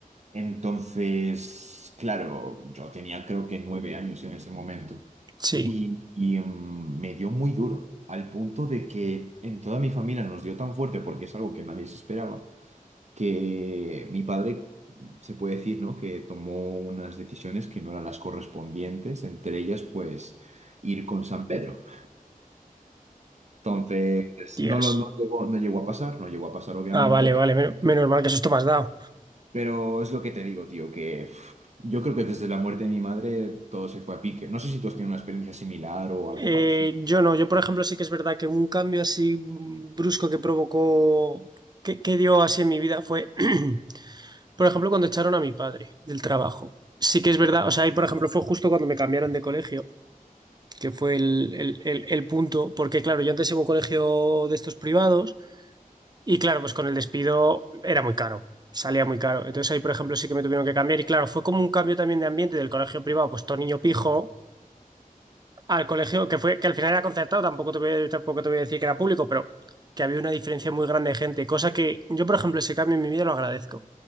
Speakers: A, on the right; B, on the right.
A: Entonces, claro, yo tenía creo que nueve años en ese momento
B: Sí,
A: y, y, em, me dio muy duro, al punto de que en toda mi familia nos dio tan fuerte, porque es algo que nadie se esperaba, que mi padre, se puede decir, ¿no? Que tomó unas decisiones que no eran las correspondientes, entre ellas, pues, ir con San Pedro. Entonces,
B: hostias.
A: no, lo, no llegó, no llegó a pasar, no llegó a pasar obviamente,
B: Ah, vale, vale. men- Menos mal que eso me has dado.
A: Pero es lo que te digo, tío, que uf, yo creo que desde la muerte de mi madre todo se fue a pique. No sé si tú has tenido una experiencia similar o algo
B: Eh,
A: parecido.
B: yo no, yo por ejemplo sí que es verdad que un cambio así brusco que provocó, que, que dio así en mi vida fue, <clears throat> por ejemplo, cuando echaron a mi padre del trabajo. Sí que es verdad,
A: Que-
B: o sea, y por ejemplo fue justo cuando me cambiaron de colegio, que fue el, el- el- el punto, porque claro, yo antes iba a un colegio de estos privados. Y claro, pues con el despido era muy caro, salía muy caro. Entonces ahí, por ejemplo, sí que me tuvieron que cambiar. Y claro, fue como un cambio también de ambiente del colegio privado, pues todo niño pijo, al colegio que fue, que al final era concertado, tampoco te voy, a- tampoco te voy a decir que era público, pero que había una diferencia muy grande de gente, cosa que yo, por ejemplo, ese cambio en mi vida lo agradezco,